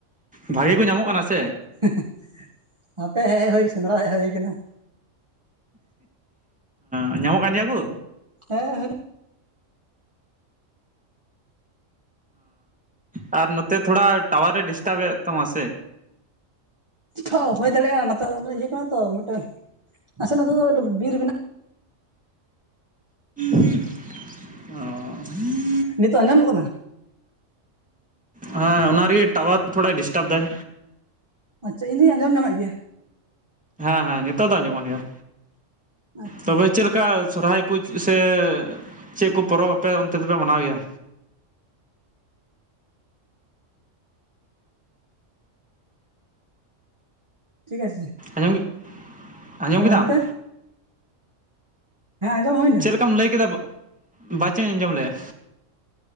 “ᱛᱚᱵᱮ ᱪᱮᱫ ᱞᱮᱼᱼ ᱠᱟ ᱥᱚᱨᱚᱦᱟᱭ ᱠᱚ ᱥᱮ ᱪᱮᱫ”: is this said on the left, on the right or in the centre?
Centre